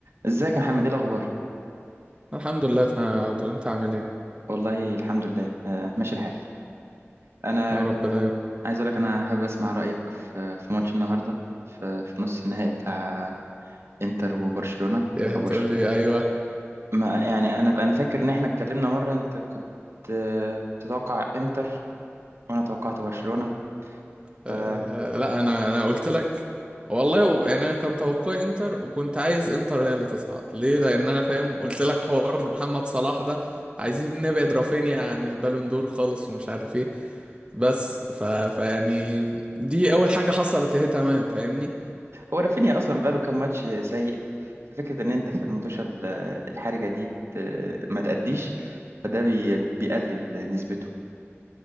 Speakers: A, on the right; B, on the right.
A: ازيك يا محمد ايه الاخبار
B: الحمد لله تمام يا عبدو انت عامل ايه
A: والله الحمد لله آه ماشي الحال انا
B: يا رب دايما
A: عايز اقول لك انا حابب اسمع رايك في في ماتش النهارده في, في نص النهائي بتاع انتر وبرشلونه
B: ايه
A: او
B: هتقول
A: برش
B: لي ايوه
A: ما يعني انا انا فاكر ان احنا اتكلمنا مره انت كنت آه، بتتوقع انتر وانا توقعت برشلونه
B: آه
A: فهو
B: لا انا انا قلت لك والله و- يعني انا كان توقعي انتر وكنت عايز انتر هي اللي تصعد ليه لان انا فاهم قلت لك حوار محمد صلاح ده عايزين نبعد رافينيا عن البالون دور خالص ومش عارف ايه بس ف... فيعني دي اول حاجه حصلت اهي تمام فاهمني
A: رافينيا اصلا بقاله كام ماتش سيء ففكره ان انت في المطوشه ال- الحرجه دي ت- ما تأديش فده بي- بيقلل نسبته